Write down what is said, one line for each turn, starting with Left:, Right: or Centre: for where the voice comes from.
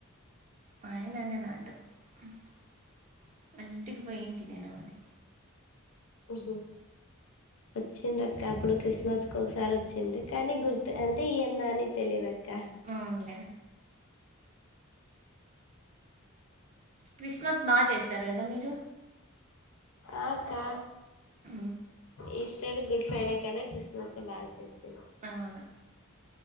Right: మా ఆయనాన్న నాతో అంటికి ఆల్ ఇంటి పోయింటి నేను అని
Left: ఓహో వచ్చిండక్క అప్పుడు క్రిస్మస్కి ఒకసారి వచ్చిండ్రు కానీ గుర్తు అంటే ఈయన్నా అని తెలిదుక్క
Right: అవునులే క్రిస్మస్ బాగా చేస్తారు కదా మీరు
Left: ఆకా
Right: ఊ
Left: ఈస్టర్ గుడ్ ఫ్రైడే కన్నా క్రిస్మస్ ఏ బాగా చేసేది
Right: అవును